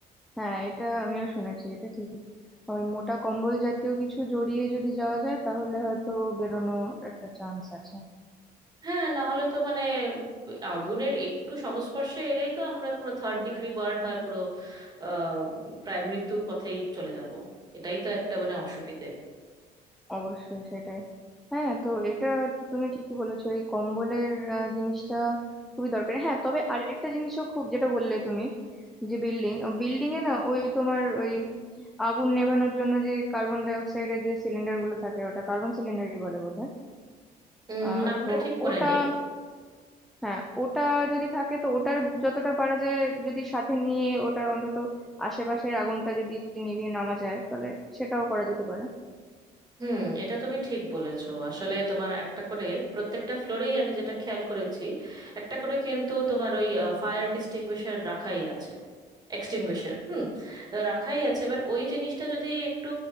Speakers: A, in the centre; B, on the right (about 25°).
A: হ্যাঁ এটা আমিও শুনেছি এটা ঠিক ওই মোটা কম্বল জাতীয় কিছু জড়িয়ে যদি যাওয়া যায় তাহলে হয়তো বেরোনো একটা চান্স আছে
B: হ্যাঁ না হলে তো মানে আগুনের একটু সংস্পর্শে এলেই তো আমরা পুরো থার্ড ডিগ্রি বার্ন হয়ে পুরো আহ, প্রায় মৃত্যুর পথেই চলে যাব এটাই তো একটা মানে অসুবিধে
A: অবশ্যই সেটাই হ্যাঁ তো এটা তুমি ঠিকই বলেছো এই কম্বলের আহ, জিনিসটা খুবই দরকারি হ্যাঁ তবে আরেকটা জিনিসও খুব যেটা বললে তুমি যে বিল্ডিং বিল্ডিং এ না ওই তোমার ওই আগুন নেভানোর জন্য যে কার্বন ডাই অক্সাইডের যে সিলিন্ডার গুলো থাকে ওটা কার্বন সিলিন্ডারই বলে বোধহয়
B: উম,
A: আহ
B: নামটা
A: তো
B: ঠিক মনে
A: ওটা
B: নেই
A: হ্যাঁ ওটা যদি থাকে তো ওটার যতটা পারা যায় যদি সাথে নিয়ে ওটা অন্তত আশেপাশের আগুনটা যদি নিভিয়ে নামা যায় তাহলে সেটাও করা যেতে পারে
B: হুম এটা তুমি ঠিক বলেছো আসলে তোমার একটা করে প্রত্যেকটা ফ্লোরেই আমি যেটা খেয়াল করেছি একটা করে কিন্তু তোমার ওই ফায়ার ডিস্টিংগুইশার রাখাই আছে এক্সটিংগুইশার হুম রাখাই আছে এবার ওই জিনিসটা যদি একটু